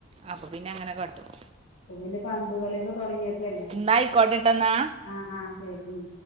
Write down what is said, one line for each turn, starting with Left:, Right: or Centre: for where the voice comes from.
Right: അപ്പൊ പിന്നെ അങ്ങനെ കാട്ടും
Left: ഇപ്പം പിന്നെ പന്തുകളിയൊക്കെ തുടങ്ങിയപ്പോല്ലെ
Right: എന്നാ ആയിക്കോട്ടെട്ടന്നാ
Left: ആഹ് ആഹ് ശരി ഉം